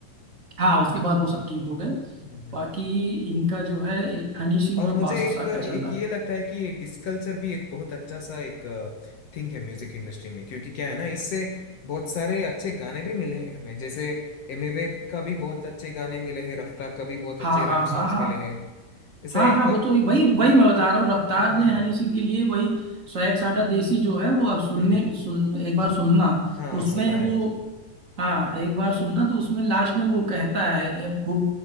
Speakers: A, on the right; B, on the left.
A: हाँ उसके बाद वो सब ठीक हो गए
B: हम्म, हम्म।
A: बाकी इनका जो है हनी सिंह
B: और
A: और
B: मुझे
A: बादशाह
B: एक एक
A: का चल रहा
B: ये
A: है
B: लगता है कि डिसकल्चर भी एक बहुत अच्छा सा एक थिंग है म्यूजिक इंडस्ट्री में क्योंकि क्या है ना इससे बहुत सारे अच्छे गाने भी मिले हैं हमें जैसे एमिवे का भी बहुत अच्छे गाने मिले हैं रफ्तार का भी बहुत अच्छे
A: हाँ हाँ
B: रैप
A: हाँ
B: सॉन्ग्स
A: हाँ
B: मिले हैं ऐसा
A: हाँ
B: एक
A: हाँ वो तो वही वही मैं बता रहा हूँ रफ्तार
B: हम्म
A: ने हनी सिंह के लिए वही सौ एक साडा देसी जो है वो अब सुनने
B: हम्म
A: सुन एक बार सुनना
B: हाँ
A: तो उसमें
B: सुनना
A: वो
B: है मुझे
A: हाँ एक बार सुनना तो उसमें लास्ट में वो कहता है ए, वो